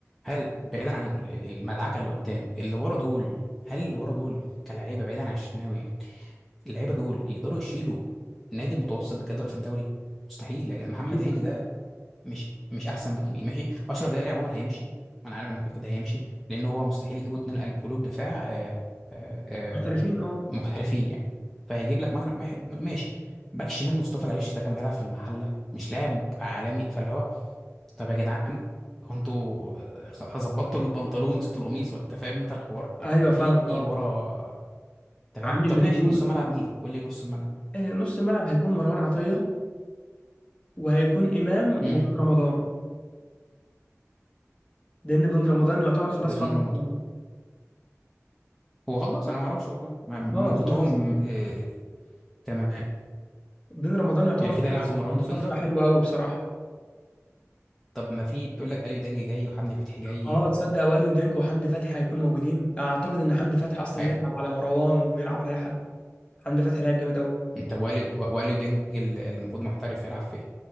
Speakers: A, in the centre; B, on the left.
A: هل بعيدا عن ال- ال- المدعكة اللي قدام اللي ورا دول هل اللي ورا دول كلاعيبة بعيدا عن الشناوي يعني اللعيبة دول يقدروا يشيلوا نادي متوسط جدول في الدوري مستحيل يا جدع محمد
B: اكيد
A: هاني
B: لا
A: ده مش مش احسن باك يمين ماشي اشرف داري عموما هيمشي انا عارف انه كده كده هيمشي لان هو مستحيل يجيبوا اتنين قلب قلوب دفاع آه، آه، آه،
B: محترفين اه
A: محترفين يعني فهيجيب لك واحد منهم- ماشي باك شمال مصطفى العيش ده كان بيلعب في المحله مش لاعب عالمي فاللي هو طب يا جدعان هو انتوا آه، خ- ظبطتوا البنطلون نسيتوا القميص ولا انت فاهم انت الحوار طب
B: ايوه
A: في
B: فاهمك اه
A: ورا تمام
B: عامل
A: طب
B: هجوم
A: ماشي نص ملعب مين قول لي نص ملعب
B: آه، نص الملعب هيكون مروان عطيه وهيكون امام
A: امم
B: وبن رمضان لان بن رمضان يعتبر خلاص
A: بن
B: خلص
A: رمضان
B: برضه
A: هو خلص انا ما اعرفش والله ما- من
B: اه
A: كترهم
B: خلاص
A: آه، تمام
B: دين رمضان يعتبر
A: يعني
B: خلص
A: كده يلعبوا مروان
B: وصفقة
A: ديفندر
B: حلوة قوي بصراحة
A: طب ما في بيقول لك اليو ديانج جاي وحمدي فتحي جاي
B: اه
A: و
B: تصدق واليو ديانج وحمدي فتحي هيكونوا موجودين اعتقد ان حمدي فتحي اصلا
A: هي-
B: يلعب على مروان ويلعب على اي حد حمدي فتحي لاعب جامد قوي
A: طب واليو واليو ديانج اللي المفروض محترف يلعب فين